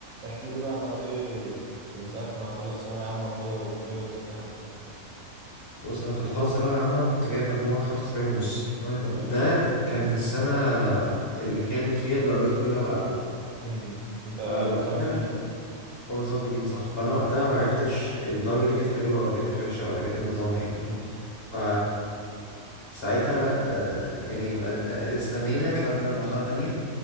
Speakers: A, on the right; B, on the left.
A: احكي لي بقى عملت ايه من ساعة ما خلصت ثانوية عامة وكده والكلية اللي دخلتها وبتاع
B: بص انا كنت مخلص ثانويه عامه وكنت جايب مجموعه 75 ونص تمام
A: تمام
B: ده كان في السنه اللي كانت فيها الدرجات كلها واقعه
A: امم انت
B: فوقتها
A: نظام جديد
B: هو نظام جديد صح فانا وقتها ما عرفتش الدرجه دي كانت حلوه ولا كانت وحشه ولا كان ايه نظامها يعني
A: امم
B: ف ساعتها آه، يعني قد- استنينا طلعت انا مرحله تانية